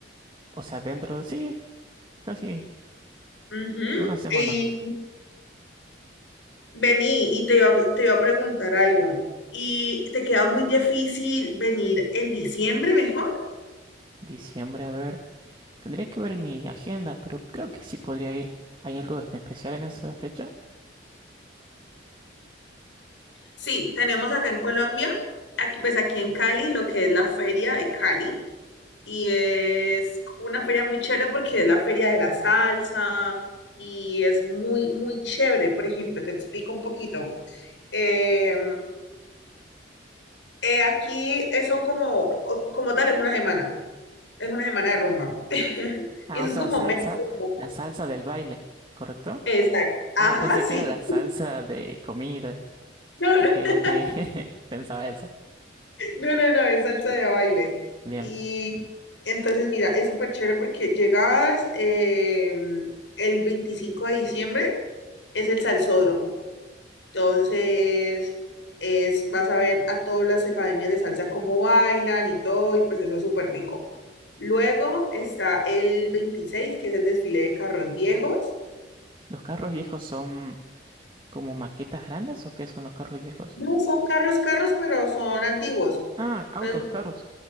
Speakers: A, on the right; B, on the left.
A: o sea, dentro de sí, casi
B: Ujú.
A: unas semanas.
B: Y vení, y te iba, a- te iba a preguntar algo. ¿Y te queda muy difícil venir en diciembre mejor?
A: Diciembre, a ver, tendría que ver mi agenda, pero creo que sí podría ir. ¿Hay algo en especial en esa fecha?
B: Sí, tenemos acá en Colombia, aquí- pues aquí en Cali, lo que es la feria de Cali. y es una feria muy chévere porque es la feria de la salsa y es muy, muy chévere. Por ejemplo, te explico un poquito. Eh, eh, aquí eh, son como, o- como tal, es una semana, es una semana de rumba. <laughs>
A: Ah,
B: Y eso
A: o
B: es
A: sea,
B: como
A: salsa,
B: media rumba.
A: la salsa del baile, ¿correcto?
B: Exacto. Ajá,
A: Ah, pensé
B: sí.
A: que era la salsa de comida.
B: No, no,
A: Ok,
B: <laughs>
A: ok. <laughs> Pensaba eso.
B: no, no, no, es salsa de baile.
A: Bien.
B: Y entonces, mira, es súper chévere porque llegabas eh, el 25 de diciembre, es el salsódromo. Entonces, es, vas a ver a todas las academias de salsa cómo bailan y todo, y pues eso es súper rico. Luego está el veintiséis que es el desfile de carros viejos.
A: ¿Los carros viejos son como maquetas grandes o qué son los carros viejos?
B: No son carros, carros, pero son antiguos.
A: Ah, autos,
B: Entonces
A: carros.